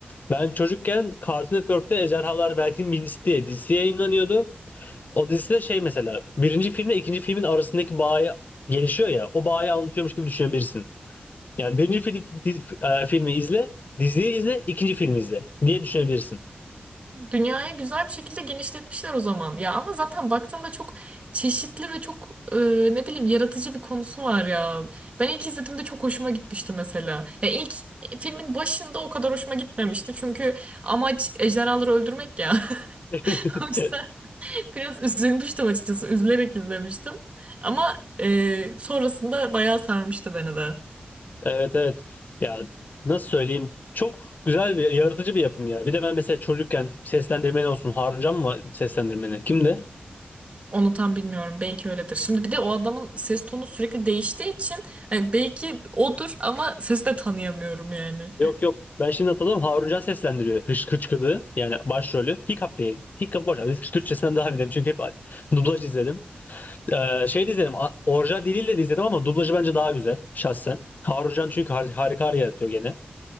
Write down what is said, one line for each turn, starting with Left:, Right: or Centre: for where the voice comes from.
Left: Ben çocukken Cartoon Network'te Ejderhalar Berk'in Birincisi diye dizisi yayınlanıyordu. O dizide şey mesela birinci filmle ikinci filmin arasındaki bağı gelişiyor ya o bağı anlatıyormuş gibi düşünebilirsin. Yani birinci fil- diz- e, filmi izle, diziyi izle, ikinci filmi izle diye düşünebilirsin.
Right: Dünyayı güzel bir şekilde genişletmişler o zaman. Ya ama zaten baktığında çok çeşitli ve çok e, ne bileyim yaratıcı bir konusu var ya. Ben ilk izlediğimde çok hoşuma gitmişti mesela. Ya ilk e, filmin başında o kadar hoşuma gitmemişti. Çünkü amaç ejderhaları öldürmek ya. <laughs>
Left: <laughs>
Right: O yüzden biraz üzülmüştüm açıkçası. Üzülerek izlemiştim. Ama e, sonrasında bayağı sarmıştı beni de.
Left: Evet evet. Ya nasıl söyleyeyim? Çok güzel bir yaratıcı bir yapım ya. Bir de ben mesela çocukken seslendirmen olsun. Haruncan mı seslendirmeni? Kimdi?
Right: Onu tam bilmiyorum. Belki öyledir. Şimdi bir de o adamın ses tonu sürekli değiştiği için hani belki odur ama sesi de tanıyamıyorum yani.
Left: Yok yok. Ben şimdi hatırladım. Haruncan seslendiriyor. Hış Hıçkıdığı. Yani başrolü. Hiccup değil. Hiccup boş. Biz Türkçesinden daha bilirim. Çünkü hep dublaj izledim. Ee, şey de izledim. a- Orijinal diliyle de izledim ama dublajı bence daha güzel. Şahsen. Haruncan çünkü har- harika yaratıyor gene.